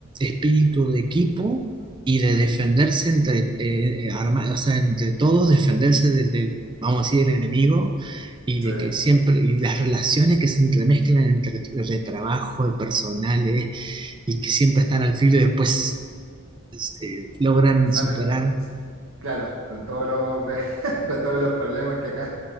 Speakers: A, on the right; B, on the right.
A: espíritu de equipo y de defenderse entre eh, eh, arma- o sea, entre todos, defenderse del, del, vamos a decir, el enemigo y
B: sí.
A: de que siempre y las relaciones que se entremezclan entre de trabajo, de personales y que siempre están al filo y después eh, logran
B: Sale
A: superar.
B: de- claro, con todos los, <laughs> con todos los problemas que acá